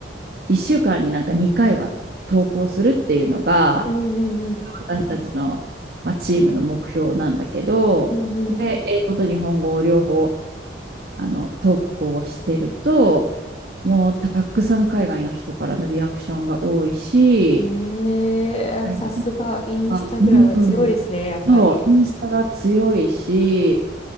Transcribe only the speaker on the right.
一週間になんか2回は投稿するっていうのが、
私たちの、まあ、チームの目標なんだけど、
で、英語と日本語を両方あの投稿をしてると、もうたくさん海外の人からのリアクションが多いし、
はい
あ、うん、
そう、インスタが強いし、